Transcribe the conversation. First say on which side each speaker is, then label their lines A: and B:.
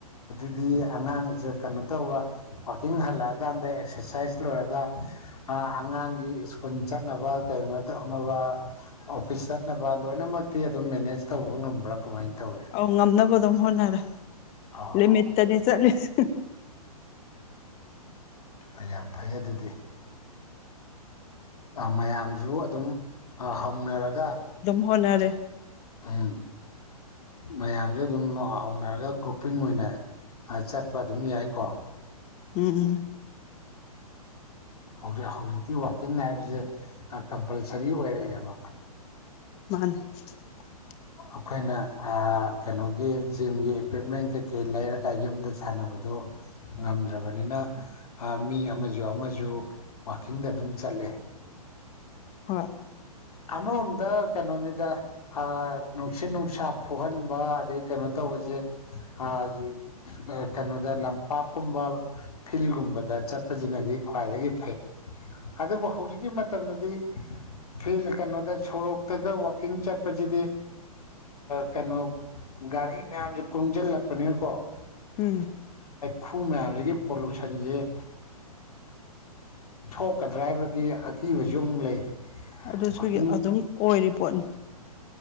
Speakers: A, on the left; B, on the left.
A: ꯗꯤ ꯑꯉꯥꯡꯁꯦ ꯀꯩꯅꯣ ꯇꯧꯕ ꯋꯥꯋꯀꯤꯡ ꯍꯜꯂꯛꯑꯀꯥꯟꯗ ꯑꯦꯛꯁꯔꯁꯥꯏꯁ ꯂꯣꯏꯔꯒ ꯑꯉꯥꯡꯒꯤ ꯁ꯭ꯀꯨꯜ ꯆꯠꯅꯕ ꯀꯩꯅꯩꯅꯣ ꯇꯧꯅꯕ ꯑꯣꯐꯤꯁ ꯆꯠꯅꯕ ꯂꯣꯏꯅꯃꯛꯇꯤ ꯑꯗꯨꯝ ꯃꯦꯅꯦꯖ ꯇꯧꯕ ꯉꯝꯕ꯭ꯔꯥ ꯀꯃꯥꯏꯅ ꯇꯧꯏ
B: ꯑ ꯉꯝꯅꯕ ꯑꯗꯨꯝ ꯍꯣꯅꯔ
A: ꯑꯥ
B: ꯂꯤ ꯂꯤꯃꯤꯠꯇꯅꯤ ꯆꯠꯂꯤꯁ
A: ꯎꯝ ꯌꯥꯝ ꯐꯩ ꯑꯗꯨꯗꯤ ꯃꯌꯥꯝꯁꯨ ꯑꯗꯨꯝ ꯍꯧꯅꯔꯒ
B: ꯍꯅꯔꯦ
A: ꯎꯝ ꯃꯌꯥꯝꯁꯨ ꯑꯗꯨꯝ ꯍꯧꯅꯔꯒ ꯒ꯭ꯔꯣꯄꯤꯡ ꯑꯣꯏꯅ ꯆꯠꯄ ꯑꯗꯨꯝ ꯌꯥꯏꯀꯣ
B: ꯎꯝ <unintelligible> <inaudible>
A: ꯖꯤꯛ ꯍꯧꯖꯤꯛꯇꯤ ꯋꯥꯛꯀꯤꯡ ꯂꯥꯏꯞꯁꯦ ꯀꯝꯄꯜꯁꯔꯤ ꯑꯣꯏꯔꯛꯑꯦꯕ
B: ꯃꯥꯅꯦ <unintelligible> <inaudible>
A: ꯑꯩꯈꯣꯏꯅ ꯀꯩꯅꯣꯒꯤ ꯖꯤꯝꯒꯤ ꯏꯀ꯭ꯋꯤꯞꯃꯦꯟ ꯀꯩꯀꯩ ꯂꯩꯔꯒ ꯌꯨꯝꯗ ꯁꯥꯟꯅꯕꯗꯨ ꯉꯝꯗ꯭ꯔꯕꯅꯤꯅ ꯃꯤ ꯑꯃꯁꯨ ꯑꯃꯁꯨ ꯋꯀꯤꯡꯗ ꯑꯗꯨꯝ ꯆꯠꯂꯦ
B: ꯍꯣꯏ
A: ꯑꯃꯔꯣꯝꯗ ꯀꯩꯅꯣꯅꯤꯗ ꯅꯨꯡꯁꯤꯠ ꯅꯨꯡꯁꯥ ꯐꯨꯍꯟꯕ ꯑꯗꯩ ꯀꯩꯅꯣ ꯇꯧꯕ ꯇꯁꯦ ꯀꯩꯅꯣꯗ ꯂꯝꯄꯥꯛꯀꯨꯝꯕ ꯐꯤꯜꯒꯨꯝꯕꯗ ꯆꯠꯄꯁꯤꯅꯗꯤ ꯈ꯭ꯋꯥꯏꯗꯒꯤ ꯐꯩ ꯑꯗꯨꯕꯨ ꯍꯧꯖꯤꯛꯀꯤ ꯃꯇꯝꯗꯗꯤ ꯐꯤ ꯀꯩꯅꯣꯗ ꯁꯣꯔꯣꯛꯇꯒ ꯋꯥꯋꯥꯛꯀꯤꯡ ꯆꯠꯄꯁꯤꯗꯤ ꯀꯩꯅꯣ ꯒꯥꯔꯤ ꯃꯌꯥꯝꯁꯦ ꯀꯨꯡꯁꯤꯜꯂꯛꯄꯅꯤꯅꯀꯣ
B: ꯎꯝ
A: ꯈꯨ ꯃꯌꯥꯝꯁꯤꯒꯤ ꯄꯣꯂꯨꯁꯟꯁꯦ ꯊꯣꯛꯀꯗ꯭ꯔꯥ ꯍꯥꯏꯕꯒꯤ ꯑꯀꯤꯕꯁꯨ ꯑꯃꯨꯛ ꯂꯩ
B: ꯑꯗꯨꯁꯨꯒꯤ
A: ꯋꯥꯛꯀꯤꯡ
B: ꯑꯗꯨꯝ ꯑꯣꯏꯔꯤ ꯄꯣꯠꯅꯤ